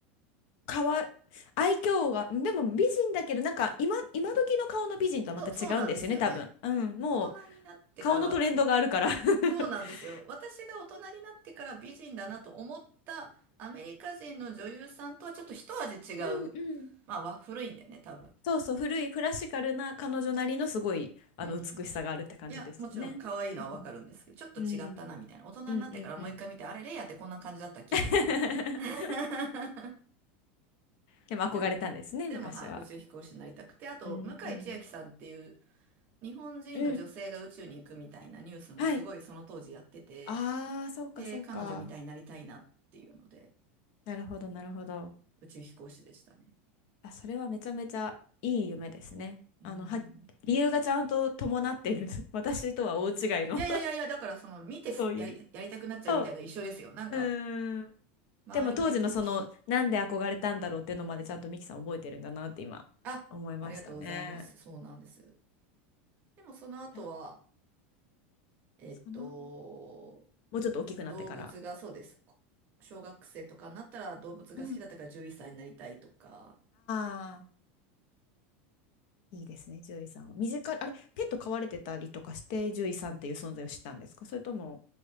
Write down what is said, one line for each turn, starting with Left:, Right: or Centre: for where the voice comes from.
Left: かわい愛嬌がでも美人だけどなんか今今時の顔の美人とはまた違うんですよね多分うんもう
Right: そう、そうなんですよね。大人になってからは、
Left: 顔のトレンドがあるから <laughs>
Right: そうなんですよ。私が大人になってから美人だなと思ったアメリカ人の女優さんとはちょっと一味違う。
Left: うんうん
Right: まあ、わ古いんだよね、多分。
Left: そうそう、古いクラシカルな彼女なりのすごいあの美しさがあるって感じですよね。
Right: うん。いや、もちろん可愛いのはわかるんですけど、
Left: うん、
Right: ちょっと違ったなみたいな。
Left: うん、
Right: 大人になってからもう一回見て、
Left: うん、うんうん。
Right: あれ、レイヤーってこんな感じだったっけみたいな。
Left: <laughs>
Right: <laughs>
Left: でも憧れたんですね、
Right: でも、でもはい、
Left: 昔は。
Right: 宇宙飛行士になりたくて、あと、
Left: うん、
Right: 向井千秋さんっていう
Left: うん、
Right: 日本人の女性が宇宙に行くみたいなニュースもすごいその当時やってて、
Left: うん。はい。ああ、そうか、
Right: で、
Left: そうか。
Right: 彼女みたいになりたいなっていうので、
Left: なるほど、なるほど。
Right: 宇宙飛行士でしたね。
Left: あ、それはめちゃめちゃいい夢ですね。
Right: うん。
Left: あの、は、理由がちゃんと伴っている。<laughs> 私とは大違いの
Right: いやいやいやいや、だからその、
Left: <laughs>
Right: 見てすやり、
Left: そういう。
Right: やりたくなっちゃうみたいな一緒ですよ。
Left: そう。
Right: なんか、
Left: うーん。
Right: 周りも言ってたし。
Left: でも当時のそのなんで憧れたんだろうっていうのまでちゃんとミキさん覚えてるんだなって今思いましたね。
Right: あ、ありがとうございます。そうなんです。でもその後は、
Left: え
Right: えっと、
Left: そのもうちょっと大きくなってから。
Right: 動物がそうです。こ小学生とかになったら動物が好きだったから獣医さんになりたいとか。
Left: うんああいいですね、獣医さんは。身近に、あれ、ペット飼われてたりとかして、獣医さんっていう存在を知ったんですかそれとも、